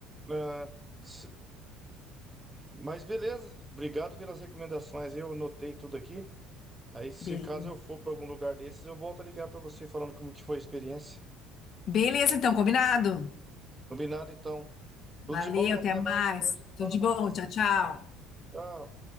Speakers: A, on the right (about 15°); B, on the left (about 45°).
A: ah, se- Mas beleza. Obrigado pelas recomendações. Eu anotei tudo aqui. Aí, se
B: Beleza.
A: caso eu for para algum lugar desses, eu volto a ligar para você falando como que foi a experiência.
B: Beleza, então, combinado.
A: Combinado, então.
B: Valeu,
A: Tudo de bom,
B: até
A: até
B: mais.
A: mais. Outra hora a gente
B: Tudo
A: fala
B: de
A: mais.
B: bom, tchau, tchau.
A: Tchau.